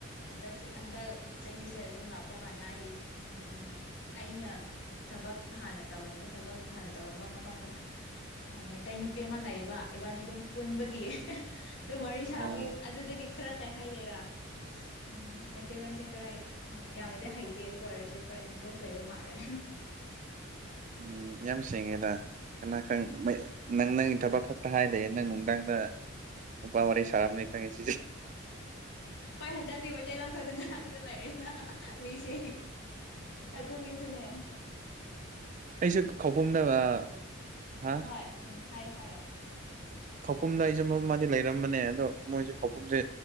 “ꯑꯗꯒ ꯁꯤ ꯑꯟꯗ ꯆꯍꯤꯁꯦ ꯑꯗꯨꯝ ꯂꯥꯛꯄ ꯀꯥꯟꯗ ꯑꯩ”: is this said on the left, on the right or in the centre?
Left